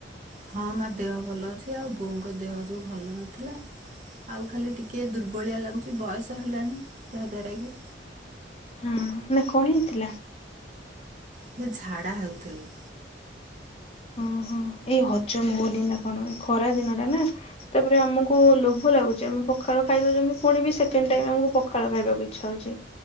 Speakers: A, on the right; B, on the left.
A: ହଁ ମା ଦେହ ଭଲ ଅଛି ଆଉ ବୋଉଙ୍କ ଦେହ ଯୋଉ ଭଲ ନଥିଲା ଆଉ ଖାଲି ଟିକ୍ କେ ଦୁର୍ବଳିଆ ଲାଗୁଚି ବୟସ ହେଲାଣି ଯାହାଦ୍ୱାରା କି
B: ହୁଁ ନା କଣ ହେଇ ଥିଲା?
A: ସିଏ ଝାଡା ହେଉଥିଲେ।
B: ଓ ହୁଁ ଏଇ ହଜମ ହଉନି ନା କଣ ଏଇ ଖରା ଦିନ ଟା ନା। ତାପରେ ଆମକୁ ଲୋଭ ଲାଗୁଚି ଆମେ ପଖାଲ ଖାଇ ଦଉଛନ୍ତି ପୁଣି ବି ସେକଣ୍ଡ ଟାଇ ଆମକୁ ପଖା ଖାଳ ଖାଇବାକୁ ଇଛା ହଉଛି